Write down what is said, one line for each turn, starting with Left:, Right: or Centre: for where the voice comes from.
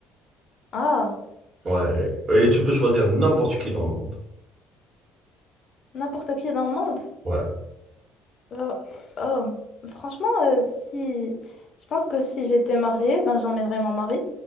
Left: Ah,
Right: Ouais. Et tu peux choisir n'importe qui dans le monde.
Left: n'importe qui dans le monde.
Right: Ouais.
Left: Oh, oh. Franchement, euh, si je pense que si j'étais mariée, ben j'emmènerais mon mari.